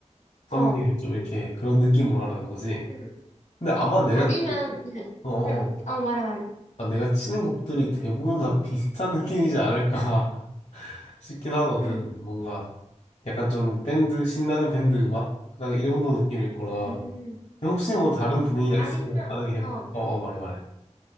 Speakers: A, on the left (about 65°); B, on the left (about 80°).
A: 썸네일을
B: 어.
A: 좀 이렇게 그런 느낌으로 하라는 거지.
B: 응.
A: 근데 아마 내가,
B: 아니면 응.
A: 어어어.
B: 응. 어 말해 말해.
A: 아, 내가 치는 곡들이 대부분 다 비슷한 느낌이지 않을까 <laughs> 싶긴 하거든.
B: 응.
A: 뭔가 약간 좀 밴드, 신나는 밴드 음악? 그냥 이 정도 느낌일 거라.
B: 음.
A: 혹시 뭐 다른 분위기가
B: 아니면
A: 있으면 다르게 해볼게.
B: 어.
A: 어, 어, 말해, 말해.